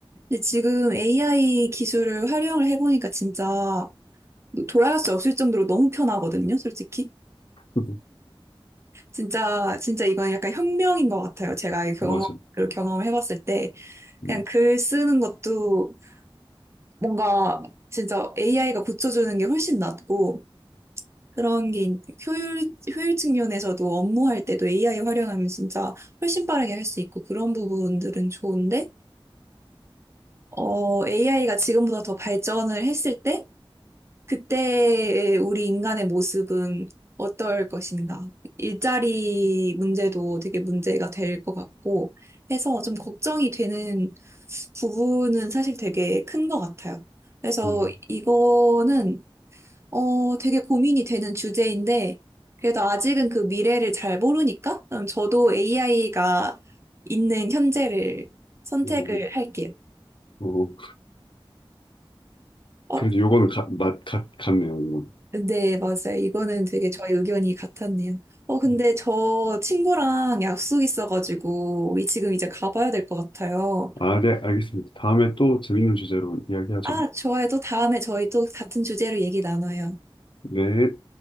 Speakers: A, on the right; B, on the left.
A: 근데 지금 AI 기술을 활용을 해보니까 진짜 돌아갈 수 없을 정도로 너무 편하거든요, 솔직히.
B: 음.
A: 진짜, 진짜 이건 약간 혁명인 것 같아요. 제가 경험,
B: 맞아.
A: 그 경험을 해봤을 때.
B: 네.
A: 그냥 글 쓰는 것도 뭔가 진짜 AI가 고쳐주는 게 훨씬 낫고, 그런 게 있- 효율, 효율적 면에서도 업무할 때도 AI 활용하면 진짜 훨씬 빠르게 할 수 있고, 그런 부분들은 좋은데, 어, AI가 지금보다 더 발전을 했을 때, 그때의 우리 인간의 모습은 어떨 것인가. 일자리 문제도 되게 문제가 될 것 같고 해서 좀 걱정이 되는 부분은 사실 되게 큰 것 같아요. 그래서
B: 음.
A: 이거는, 어, 되게 고민이 되는 주제인데, 그래도 아직은 그 미래를 잘 모르니까, 그럼 저도 AI가 있는 현재를 선택을
B: 어,
A: 할게요.
B: 어. 어.
A: 어,
B: 그래도 요거는 가, 맞, 같, 같네요, 이건.
A: 네, 맞아요. 이거는 되게 저희 의견이 같았네요. 어, 근데
B: 음.
A: 저 친구랑 약속 있어가지고, 이- 지금 이제 가봐야 될 것 같아요.
B: 아, 네, 알겠습니다. 다음에 또 재밌는 주제로 이야기하죠.
A: 아, 좋아요. 또 다음에 저희 또 같은 주제로 얘기 나눠요.
B: 네.